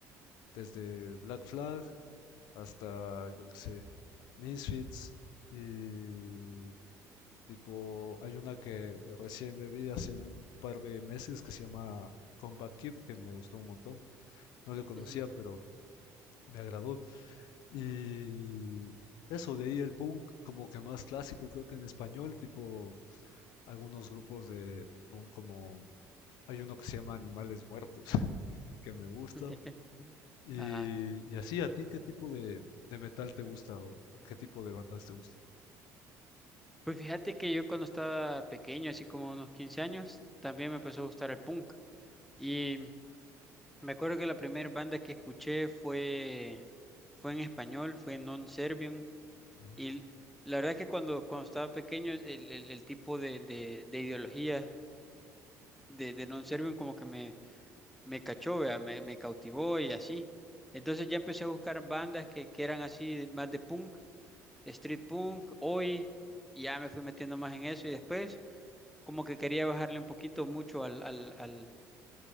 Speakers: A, on the left (about 75°); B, in the centre.
A: desde Black Flag hasta, yo qué sé, Misfits y Tipo, hay una que recién le vi hace un par de meses que se llama Combat Kid, que me gustó un montón. No le conocía,
B: ujú.
A: pero me agradó. Y eso, de ahí el punk como que más clásico, creo que en español, tipo algunos grupos de punk como hay uno que se llama Animales Muertos, <laughs> que me gusta.
B: <laughs>
A: Y,
B: Ajá.
A: y así, ¿a ti qué tipo de, de metal te gusta o o qué tipo de bandas te gusta?
B: Pues fíjate que yo cuando estaba pequeño, así como unos 15 años, también me empezó a gustar el punk. Y me acuerdo que la primera banda que escuché fue, fue en español, fue Non Servium.
A: Ujú,
B: Y la verdad es que cuando, cuando estaba pequeño, el, el- el tipo de, de- de ideología de, de Non Servium como que me, me cachó, vea, Me, me cautivó y así. Entonces ya empecé a buscar bandas que, que eran así, más de punk. street punk, hoy, y ya me fui metiendo más en eso y después como que quería bajarle un poquito mucho al, al, al-